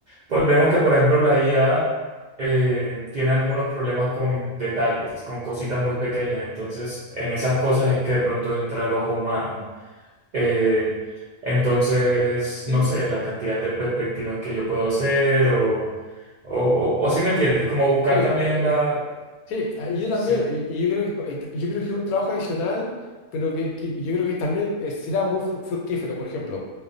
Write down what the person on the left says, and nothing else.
Sí,
sí,
sí,
sí, ah, yo también,
y, y yo creo que, es co- eh, yo creo que es un trabajo adicional, pero que, que yo creo que también eh, será muy fru- fructífero. Por ejemplo,